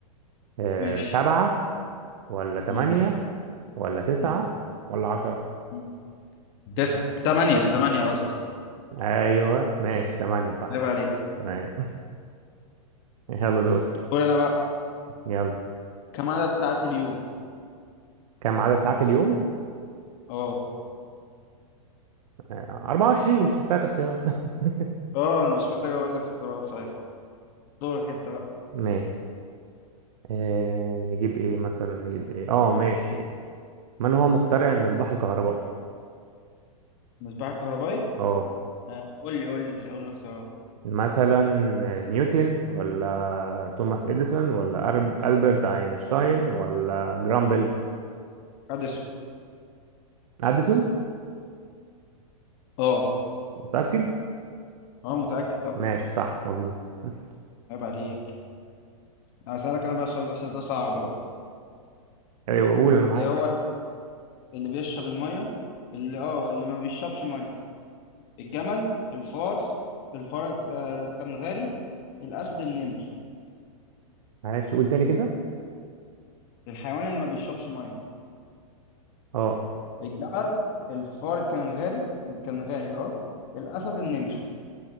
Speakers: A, on the right (about 70°); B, on the left (about 40°).
A: آه،
B: ماشي
A: سبعة ولا تمانية
B: امم
A: ولا تسعة
B: امم
A: ولا عشرة
B: أمم. تسعة تمانية تمانية قصدي
A: ايوه ماشي تمانية صح
B: عيب عليك
A: تمام <laughs> يلا دورك
B: قول أنا بقى
A: يلا
B: كم عدد ساعات اليوم
A: كم عدد ساعات اليوم
B: اه
A: آه، 24 مش محتاج اختيارات <laughs>
B: اه أنا مش محتاج أقول لك اختيارات صحيح دورك أنت بقى
A: ماشي آه نجيب ايه مثلا نجيب ايه اه ماشي من هو مخترع المصباح الكهربائي
B: مصباح الكهربائي
A: اه
B: آه، قول لي قول لي قول لي اختيارات
A: مثلا نيوتن ولا توماس اديسون ولا أرب- البرت اينشتاين ولا جرام بيل
B: أديسون
A: اديسون
B: اه
A: متأكد
B: اه متأكد
A: ماشي صح مظبوط <laughs>
B: عيب عليك هسألك انا بقى السؤال بس ده صعب بقى
A: أيوة، قول انا معاك
B: ايه هو اللي بيشرب الميه اللي اه اللي ما بيشربش ميه الجمل الفار الفار آه، الكنغاري الاسد النمر
A: معلش قول تاني كده
B: الحيوان اللي ما بيشربش ميه
A: اه
B: الجمل الفار الكنغاري الكنغاري اه الاسد النمر